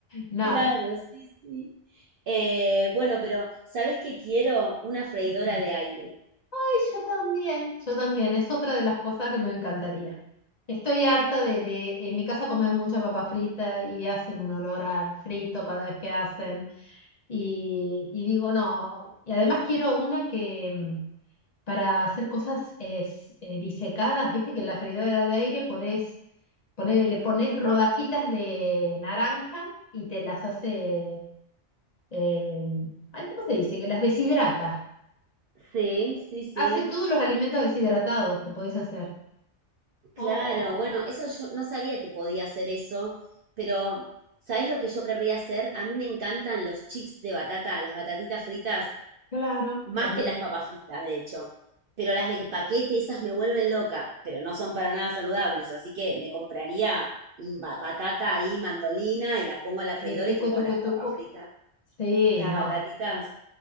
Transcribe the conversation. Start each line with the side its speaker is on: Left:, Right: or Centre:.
Left: Nada.
Right: Claro, sí, sí. Eh, bueno, pero ¿sabés que quiero? Una freidora
Left: Decime,
Right: de aire.
Left: Ay, yo también, yo también, es otra de las cosas que me encantaría. Estoy harta de, de, en mi casa comen mucha papa frita y hacen un olor a frito cada vez que hacen. Y, y digo, no, y además quiero una que mm, para hacer cosas es, eh, disecadas, viste que en la freidora de aire podés poner, le pones rodajitas de naranja y te las hace, eh, ay, ¿cómo se dice? Que las deshidrata.
Right: Sí, sí, sí.
Left: Hace todos los alimentos deshidratados que podés hacer.
Right: Claro,
Left: Oh,
Right: bueno, eso yo no sabía que podía hacer eso, pero ¿sabes lo que yo querría hacer? A mí me encantan los chips de batata, las batatitas fritas,
Left: claro,
Right: más
Left: también.
Right: que las papas fritas, de hecho. Pero las de paquete, esas me vuelven loca, pero no son para nada saludables, así que me compraría un ba- batata ahí, mandolina, y las pongo a la freidora
Left: Eh, tucu,
Right: y tengo
Left: tucu,
Right: las papas
Left: tucu.
Right: fritas.
Left: Sí,
Right: Las
Left: no,
Right: batatitas,